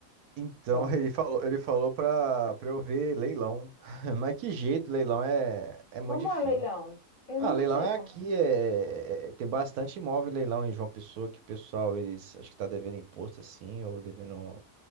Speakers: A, on the right; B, on the left.
A: Então
B: bom.
A: <laughs> ele falou, ele falou pra, pra eu ver leilão. <laughs> Mas que jeito, leilão é, é muito
B: Como
A: difícil.
B: é leilão? Eu
A: Ah,
B: não
A: leilão
B: sei
A: é
B: como.
A: aqui, é, é- tem bastante imóvel em leilão em João Pessoa que o pessoal, eles acho que tá devendo imposto assim, ou devendo